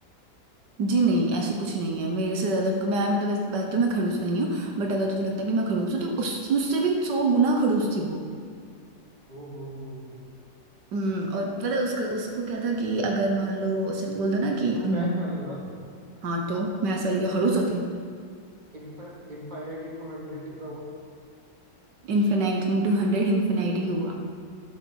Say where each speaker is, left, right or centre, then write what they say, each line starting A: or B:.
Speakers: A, on the right; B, on the right.
A: जी नहीं ऐसा कुछ नहीं है मेरे से ज्यादा मैं मतलब इस बात तो मैं खड़ूस नहीं हूँ बट अगर तुझे लगता है कि मैं खड़ूस हूँ तो उस मुझसे भी सौ गुना खड़ूस थी वो
B: ओ हो हो हो
A: हम्म, और पता है उसको उसको क्या था कि अगर मान लो उसे बोल दो ना कि
B: तुम
A: हम्म,
B: मैथ्स वाली हो ना
A: हाँ तो मैथ्स वाली के खड़ूस होते हैं
B: इनफाइनाइट इंटू हंड्रेड कितना हुआ
A: इनफिनाइट इंटू हंड्रेड इन्फिनाइट ही हुआ